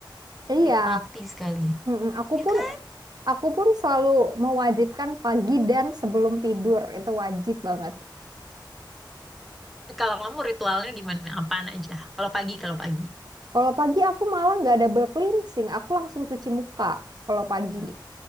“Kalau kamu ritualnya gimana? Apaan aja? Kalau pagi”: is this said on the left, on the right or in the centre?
Centre